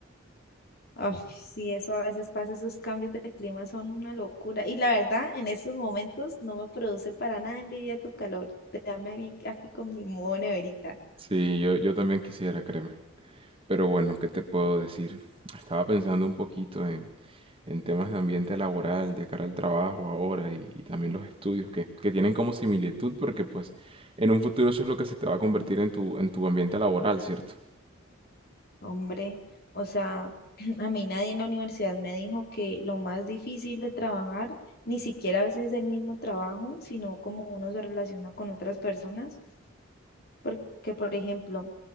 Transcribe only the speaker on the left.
Ay, sí, eso a veces pasa, esos cambios de clima son una locura. Y la verdad, en estos momentos no me produce para nada envidia tu calor. Dame a mí aquí con mi modo neverita.
Hombre, o sea, <clears throat> a mí nadie en la universidad me dijo que lo más difícil de trabajar, ni siquiera a veces es el mismo trabajo, sino cómo uno se relaciona con otras personas. Porque, por ejemplo,